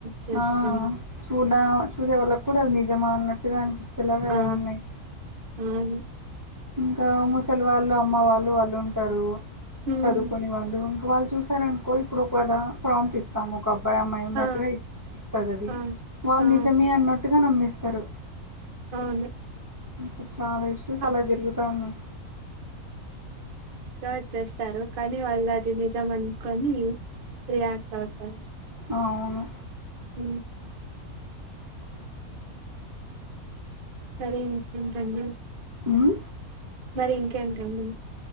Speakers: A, on the right; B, on the right.
A: చేసుకొని
B: ఆ చూడ చూసే వాళ్ళక్ కూడ అది నిజమా అన్నట్టుగా అనిపించేలాగా
A: ఆ
B: ఏ ఉన్నాయి
A: అవును
B: ఇంకా ముసలి వాళ్ళు అమ్మ వాళ్ళు వాళ్ళు ఉంటారు
A: ఉమ్
B: చదువుకోని వాళ్ళు ఇంకా వాళ్ళు చూసారనుకో ఇప్పుడు ఒకవేళ ప్రామిట్ ఇస్తాము ఒక అబ్బాయి అమ్మాయి ఉన్నట్టుగా
A: ఆ
B: ఇస్ ఇస్తది
A: ఆ
B: వాళ్ళు
A: ఆ
B: నిజమే అన్నట్టుగా నమ్మేస్ స్తారు
A: అవును
B: ఇప్పుడు చాలా ఇష్యూస్
A: అప్
B: అలా జరుగుతానాయి
A: వచ్చేస్తారు కానీ వాళ్ళు అది నిజం అనుకొని రియాక్ట్ అవుతారు
B: ఆ అవును
A: హ్మ సరే ఇంకేంటి అండి
B: ఉమ్
A: మరి ఇంకేంటండి